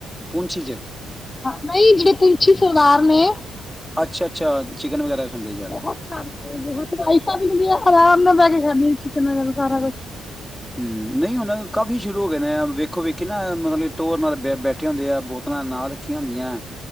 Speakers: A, in the centre; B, on the left (about 20°).
A: ਪੂੰਛੀ'ਚ।
B: ਨਹੀਂ ਜਿਹੜੇ ਪੂੰਛੀ ਸਰਦਾਰ ਨੇ। <unintelligible>
A: ਅੱਛਾ ਅੱਛਾ, ਚਿਕਨ ਵਗੈਰਾ ਖਾਂਦੇ ਜ਼ਿਆਦਾ।
B: ਬਹੁਤ ਖਾਂਦੇ ਬਹੁਤ ਵਾਇਫਾਂ ਵੀ ਏਨਾ ਦੀਆਂ ਆਰਾਮ ਨਾਲ ਬੈਠ ਕੇ ਖਾਂਦੀਆਂ ਨੇ ਚਿਕਨ ਵਗੈਰਾ ਸਾਰਾ ਕੁਛ।
A: ਹੁੰ ਨਹੀਂ ਹੁਣ ਕਾਫੀ ਸ਼ੁਰੂ ਹੋ ਗਏ ਨੇ ਵੇਖੋ ਵੇਖੀ ਨਾ ਮਤਲਬ ਕਿ ਟੋਰ ਨਾਲ ਬੈਠੇ ਹੁੰਦੇ ਆ ਬੋਤਲਾਂ ਨਾਲ ਰੱਖੀਆਂ ਹੁੰਦੀਆਂ।